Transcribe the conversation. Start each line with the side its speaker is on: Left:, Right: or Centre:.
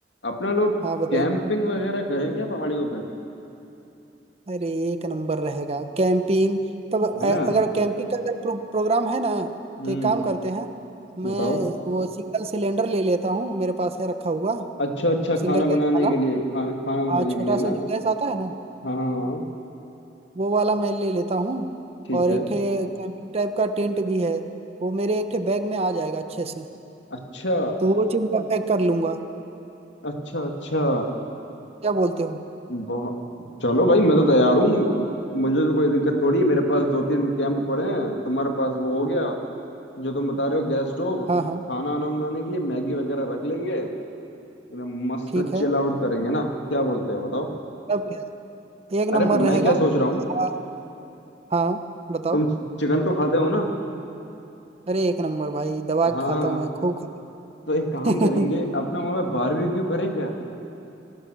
Left: अपना लोग
Right: हाँ बताइए
Left: कैंपिंग वगैरह करेंगे पहाड़ियों पे
Right: अरे एक नंबर रहेगा कैंपिंग तब
Left: है
Right: अ-
Left: ना
Right: अगर कैंपिंग का अगर प्रो, प्रोग्राम है ना
Left: हम्म
Right: तो एक काम करते हैं मैं
Left: बताओ
Right: वो सिंगल सिलेंडर ले लेता हूँ मेरे पास है रखा हुआ
Left: अच्छा अच्छा
Right: सिंगल
Left: खाना बनाने
Right: गैस वाला
Left: के लिए खाना खाना बनाने
Right: और छोटा
Left: के लिए
Right: सा
Left: ना
Right: जो गैस आता है ना
Left: हाँ हाँ हाँ
Right: वो वाला मैं ले लेता हूँ
Left: ठीक
Right: और
Left: है
Right: एक ठे कैंपिंग टाइप का टेंट भी है वो मेरे एक ठे बैग में आ जाएगा अच्छे से
Left: अच्छा
Right: तो वो चीज़ मैं पैक कर लूंगा
Left: अच्छा अच्छा
Right: क्या बोलते हो
Left: बहुत चलो भाई मैं तो तैयार हूँ मुझे तो कोई दिक्कत थोड़ी है मेरे पास दो तीन कैंप पड़े हैं तुम्हारे पास वो हो गया जो तुम बता रहे हो गैस स्टोव खाना
Right: हाँ हाँ
Left: वाना बनाने के लिए मैगी वगैरह रख लेंगे एकदम मस्त
Right: ठीक है
Left: चिल आउट करेंगे ना क्या बोलते हो बताओ
Right: अब क्या एक
Left: अरे
Right: नंबर
Left: मैं
Right: रहेगा
Left: क्या सोच रहा हूँ
Right: हाँ हाँ, बताओ
Left: तुम चिकन तो खाते हो ना
Right: अरे एक नंबर भाई दवा
Left: हाँ
Right: के
Left: हाँ
Right: खाता
Left: हाँ,
Right: हूँ मैं खूब खा
Left: तो एक काम
Right: <laughs>
Left: करेंगे अपना वहां पे बारबेक्यू करें क्या।